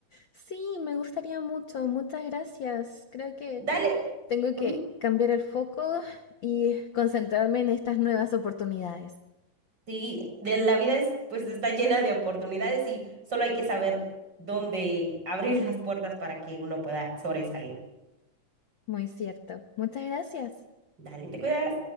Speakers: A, on the left; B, on the right.
A: Sí, me gustaría mucho, muchas gracias. Creo que...
B: Dale.
A: Tengo que
B: ujú.
A: cambiar el foco y concentrarme en estas nuevas oportunidades.
B: Sí, de la vida es, pues está llena de oportunidades y solo hay que saber dónde abrir las puertas para que uno pueda sobresalir.
A: Muy cierto. Muchas gracias.
B: Dale, te cuidas.